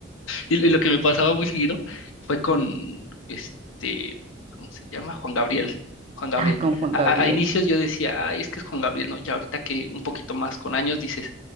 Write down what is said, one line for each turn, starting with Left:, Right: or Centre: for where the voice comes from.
Left: Y lo lo que me pasaba muy seguido fue con este, ¿cómo se llama? Juan Gabriel. Juan Gabriel.
Right: Ah, con Juan
Left: A,
Right: Gabriel.
Left: a- a inicios yo decía, ay, es que es Juan Gabriel, ¿no? Ya ahorita que un poquito más con años dices,